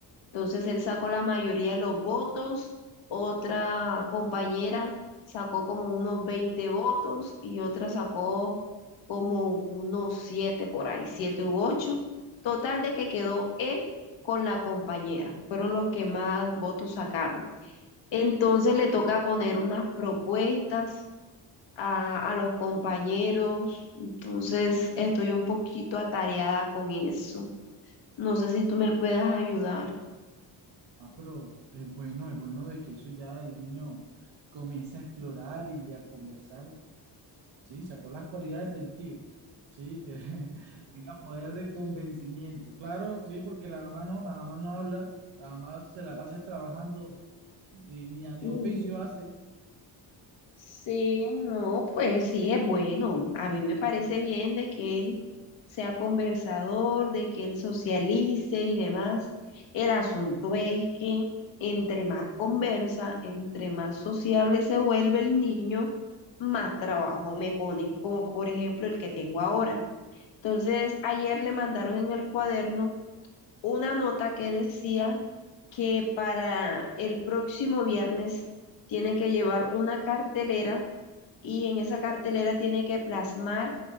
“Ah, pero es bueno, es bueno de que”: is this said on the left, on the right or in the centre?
Right